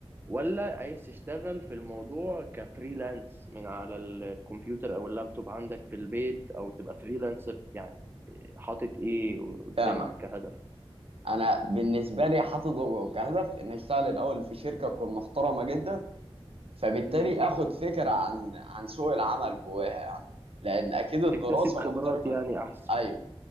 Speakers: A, on the right; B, on the right.
A: ولا عايز تشتغل في الموضوع كفريلانس من على الكمبيوتر أو اللابتوب عندك في البيت أو تبقى فريلانسر يعني آه، حاطط إيه قدامك
B: فاهمك
A: كهدف
B: انا بالنسبه لي حاطط كهدف ان اشتغل الاول في شركه تكون محترمه جدا فبالتالي
A: مم.
B: اخد فكره عن عن سوق العمل جواها يعني لان اكيد الدراسه
A: تكتسب خبرات
B: مختلفه
A: يعني أحسن
B: ايوه